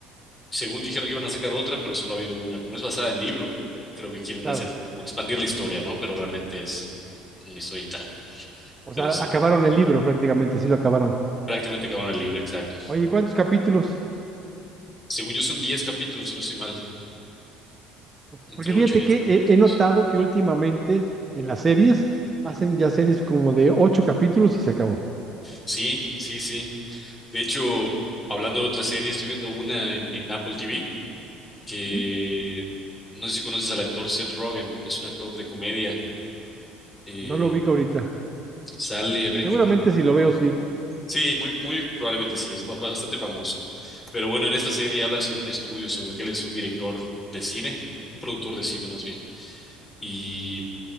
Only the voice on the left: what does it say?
Según dijeron que iban a sacar otra, pero solo ha habido una. Como es basada en libro, creo que quieren
hacer, como expandir la historia, ¿no? Pero realmente es una historia y tal.
Pero
sí,
prácticamente acabaron el libro, exacto.
Según yo son 10 capítulos, si no estoy mal, entre
8
y 10
capítulos.
Sí, sí, sí. De hecho, hablando de otra serie, estoy viendo una en, en Apple TV que
no sé si conoces al actor Seth Rogen, es un actor de comedia. eh,
sale, a ver en
qué película.
Sí, muy, muy probablemente sí, es ba- bastante famoso. Pero bueno, en esta serie hablan sobre un estudio, sobre que él es un director de cine, un productor de cine más bien. Y